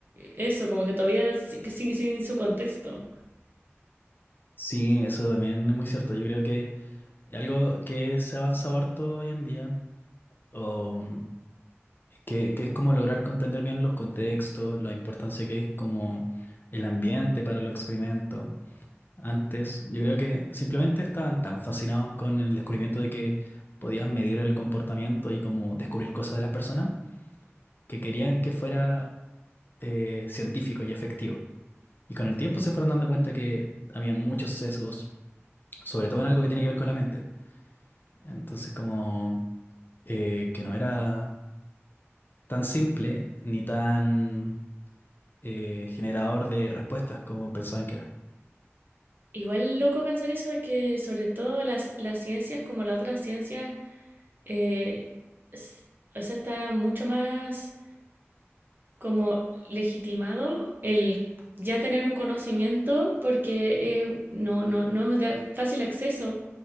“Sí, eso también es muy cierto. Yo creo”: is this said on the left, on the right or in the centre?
Left